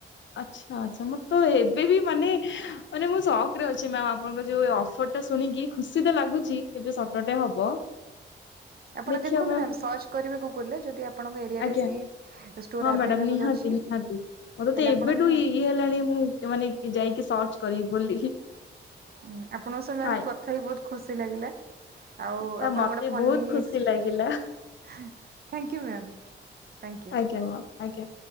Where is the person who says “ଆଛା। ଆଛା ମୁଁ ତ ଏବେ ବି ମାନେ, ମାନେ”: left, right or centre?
Left